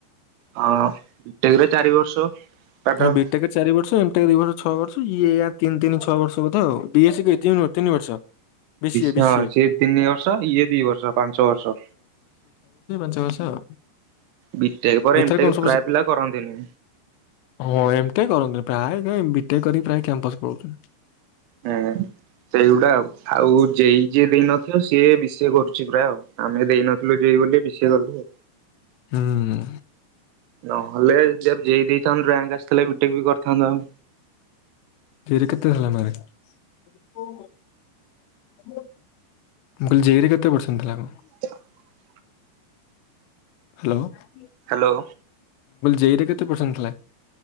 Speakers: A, on the right (about 80°); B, on the left (about 80°).
A: ହଁ ବିଟେକ୍ ରେ ଚାରି ବର୍ଷ କାଟ
B: ହଁ ବିଟେକ୍ ଚାରି ବର୍ଷ ଦି ବର୍ଷ ଛ ବର୍ଷ ଇଏ ତିନ୍ ତିନ୍ ଛଅ ବର୍ଷ ବୋଧେ <unintelligible> ତିନି ବର୍ଷ ବିସିଏ
A: ହଁ
B: ବିସିଏ
A: ସି ତିନି ବର୍ଷ ଇଏ ଦି ବର୍ଷ ପାଞ୍ଚ ବର୍ଷ
B: ଛ ଅ ବର୍ଷ ଆଉ
A: ବିଟେକ୍ ପରେ
B: ଏଥର
A: ଏମ୍ଟେକ୍
B: କଣ ସବୁ
A: ପ୍ରାୟ
B: ଶି
A: ପିଲା କରନ୍ତି ନି
B: ହଁ ଏମ୍ଟେକ୍ କରନ୍ତିନି ପ୍ରାୟ ବିଟେକ କରି ପ୍ରାୟ କ୍ୟାମ୍ପସ ପଳଉଛନ୍ତି।
A: ହୁଁ ସେଇଗୁଡା ଆଉ ଆଉ <unintelligible> ଯେଇ ଯିଏ ଦେଇନଥିଲ ସିଏ ବିଷିଏ କରୁଛି ପ୍ରାୟ ଆଉ ଆମେ ଦେଇନଥିଲୁ ଯେଇ ବୋଲି ବିଷିଏ କଲୁ ଆଉ।
B: ହୁଁ।
A: ନହେଲେ ଯଵ୍ ଯେଇ ରାଙ୍କ୍ ଆସିଥିଲେ ବିଟେକର ବି କରିଥାନ୍ତା ଆଉ
B: ଯେଇରେ କେତେ ଥିଲା? <unintelligible> ମ ମୁ କହିଲ ଜେର କେତେ ପର୍ସେଣ୍ଟ ଥିଲା କଣ?
A: ତ <unintelligible>
B: ହାଲୋ ।
A: ହାଲୋ।
B: ଜେଇରେ କେତେ ପର୍ସେଣ୍ଟ ଥିଲା?